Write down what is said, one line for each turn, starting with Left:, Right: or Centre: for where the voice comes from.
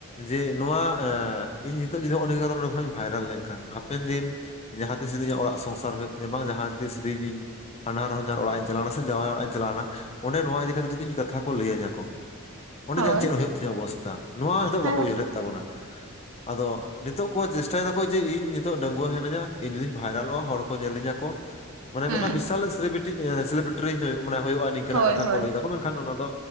Left: ᱡᱮ ᱱᱚᱣᱟ ᱮᱸ ᱤᱧ ᱱᱤᱛᱚᱜ ᱡᱩᱫᱤ ᱱᱚᱜ-ᱚ ᱱᱝᱠᱟ ᱱᱚᱸᱰᱮ ᱠᱷᱚᱱᱟᱜ ᱤᱧ ᱵᱷᱟᱭᱨᱟᱞ ᱞᱮᱱᱠᱷᱟᱱ ᱦᱟᱯᱮᱱ ᱫᱤᱱ ᱡᱟᱦᱟᱸ ᱛᱤᱥ ᱡᱩᱫᱤ ᱤᱧᱟᱹᱜ ᱚᱲᱟᱜ ᱥᱚᱝᱥᱟᱨ ᱦᱩᱭᱩᱜ ᱛᱤᱧᱟᱹ ᱵᱟᱝ ᱡᱟᱦᱟᱸ ᱛᱤᱥ ᱡᱩᱫᱤ ᱤᱧᱤᱧ ᱦᱟᱱᱦᱟᱨ ᱦᱚᱧᱦᱟᱨ ᱚᱲᱟᱜ ᱤᱧ ᱪᱟᱞᱟᱣᱱᱟ ᱥᱮ ᱡᱟᱶᱟᱭ ᱚᱲᱟᱜ ᱤᱧ ᱪᱟᱞᱟᱣᱱᱟ ᱚᱸᱰᱮ ᱱᱚᱣᱟ ᱤᱫᱤ ᱠᱟᱛᱮᱫ ᱡᱩᱫᱤ ᱤᱧ ᱠᱟᱛᱷᱟ ᱠᱚ ᱞᱟᱹᱭᱟᱹᱧᱟᱹ ᱠᱚ᱾ ᱚᱸᱰᱮ
Right: ᱦᱳᱭ
Left: ᱤᱧᱟᱹᱜ ᱪᱮᱫ ᱦᱩᱭᱩᱜ ᱛᱤᱧᱟᱹ ᱚᱵᱚᱥᱛᱷᱟ ᱱᱚᱣᱟ ᱦᱤᱸᱛᱳᱜ
Right: ᱦᱮᱸ
Left: ᱵᱟᱠᱚ ᱩᱭᱦᱟᱹᱨᱮᱫ ᱛᱟᱵᱚᱱᱟ᱾ ᱟᱫᱚ ᱱᱤᱛᱚᱜ ᱠᱚ ᱪᱮᱥᱴᱟᱭ ᱫᱟᱠᱚ ᱡᱮ ᱤᱧ ᱱᱤᱛᱚᱜ ᱰᱟᱺᱜᱩᱣᱟᱹ ᱦᱤᱱᱟᱹᱧᱟ ᱤᱧ ᱡᱩᱫᱤ ᱵᱷᱟᱭᱨᱟᱞᱚᱜ-ᱟ ᱦᱚᱲ ᱠᱚ ᱧᱮᱞᱤᱧᱟ ᱠᱚ᱾ ᱢᱟᱱᱮ
Right: ᱦᱮᱸ
Left: ᱢᱤᱫᱴᱟᱝ ᱵᱤᱥᱟᱞ ᱥᱮᱞᱤᱵᱤᱴᱤ, ᱮᱸ ᱥᱮᱞᱤᱵᱤᱤᱴᱨᱤᱧ ᱦᱩᱭᱩᱜ ᱢᱟᱱᱮ ᱦᱩᱭᱩᱜ-ᱟ᱾ ᱱᱤᱝᱠᱟᱱᱟᱜ
Right: ᱦᱳᱭ
Left: ᱠᱟᱛᱷᱟ
Right: ᱦᱳᱭ
Left: ᱠᱚ ᱞᱟᱹᱭ ᱫᱟᱠᱚ ᱢᱮᱱᱠᱷᱟᱱ ᱚᱱᱟ ᱫᱚ